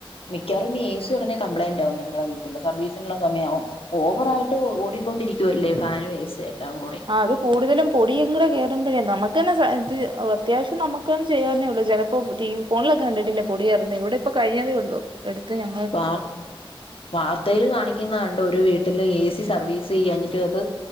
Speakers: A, on the left; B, on the right.
A: മിക്കാവാറും ഇനി ഏസി ഉടനെ കംപ്ലയന്റ ആവും ഞങ്ങളെ വീട്ടില് സർവീസിനുള്ള സമയയാവും ഓവറായിട്ട് ഓടിക്കൊണ്ടിരിക്കുവല്ലേ ഫാന് ഏസി എല്ലാം കൂടി
B: ആ അത് കൂടുതലും പൊടി ങ്ങടെ കേറുമ്പോഴേ നമക്ക് തന്നെ ഇത് അത്യാവശ്യം നമക്ക്ന്നെ ചെയ്യാവന്നേ ഉള്ളൂ ജ ഇപ്പൊ ഫോണിലൊക്കെ കണ്ടിട്ടില്ലെ പൊടി കേറ്ന്നെ ഇവിടെ ഇപ്പോ കഴിഞ്ഞതേഉള്ളു എടുത്ത് ഞങ്ങള്
A: വാർ വാർത്തയിൽ കാണിക്കുന്ന കണ്ട് ഒരു വീട്ടില് ഏസി സർവീസ് ചിയ്യാഞ്ഞിട്ട് അത്